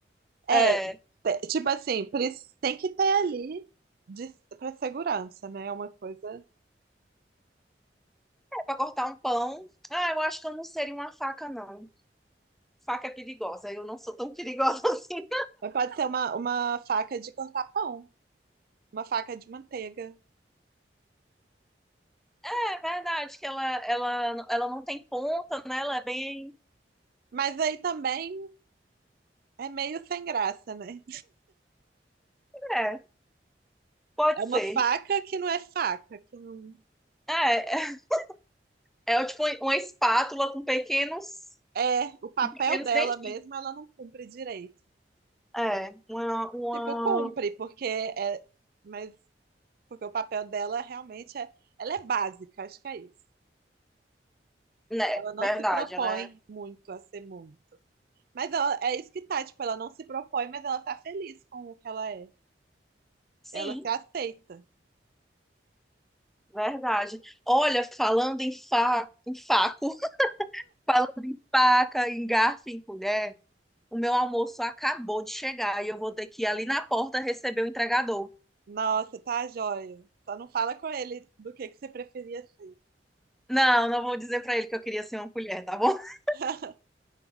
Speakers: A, on the right; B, in the centre.
A: é,
B: É, é
A: te- tipo assim, pre- tem que ter ali de, para segurança, né? É uma coisa
B: para cortar um pão. Ah, eu acho que eu não seria uma faca, não. faca perigosa. Eu não sou tão perigosa <laughs> assim.
A: Mas pode ser uma, uma faca de cortar pão, uma faca de manteiga.
B: É verdade que ela, ela, ela não tem ponta, né? Ela é bem.
A: Mas aí também é meio sem graça, né?
B: É, pode
A: É uma
B: ser.
A: faca que não é faca, que não
B: É, é, é tipo uma espátula com pequenos,
A: é o papel
B: pequenos
A: dela
B: dentinhos.
A: mesmo, ela não cumpre direito.
B: É, uma, uma...
A: Tipo, cumpre, porque é, mas porque o papel dela realmente é, ela é básica, acho que é isso.
B: Né,
A: Ela não
B: verdade,
A: se propõe
B: ela é.
A: muito a ser muito. Mas ela, é isso que tá, tipo, ela não se propõe, mas ela tá feliz com o que ela é.
B: Sim,
A: Ela se aceita.
B: verdade. Olha, falando em, fa... em faco, <laughs> falando em faca, em garfo, em colher, o meu almoço acabou de chegar e eu vou ter que ir ali na porta receber o entregador.
A: Nossa, tá joia. Só não fala com ele do que que você preferia ser.
B: Não, não vou dizer pra ele que eu queria ser uma colher, tá bom? <laughs>
A: <laughs>